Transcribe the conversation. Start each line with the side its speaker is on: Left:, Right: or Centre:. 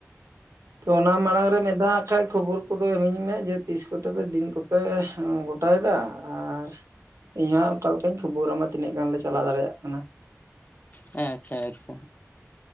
Right: ᱛᱚ ᱚᱱᱟ ᱢᱟᱲᱟᱝ ᱨᱮ ᱢᱤᱫ ᱫᱷᱟᱣ ᱠᱷᱟᱡ ᱠᱷᱚᱵᱚᱨ ᱠᱚᱫᱚ ᱤᱢᱟᱹᱧ ᱢᱮ ᱡᱮ ᱛᱤᱥ ᱠᱚᱛᱮ ᱫᱤᱱ ᱠᱚᱯᱮ ᱜᱚᱴᱟᱭᱮᱫᱟ ᱟᱨ ᱤᱧᱦᱚᱸ ᱚᱠᱟ ᱞᱮᱠᱟᱧ ᱠᱷᱚᱵᱚᱨ ᱟᱢᱟ ᱛᱤᱱᱟᱹᱜ ᱜᱟᱱᱞᱮ ᱪᱟᱞᱟᱣ ᱫᱟᱲᱮᱭᱟᱜ ᱠᱟᱱᱟ
Left: ᱦᱮᱸ ᱟᱪᱪᱷᱟ ᱟᱪᱪᱷᱟ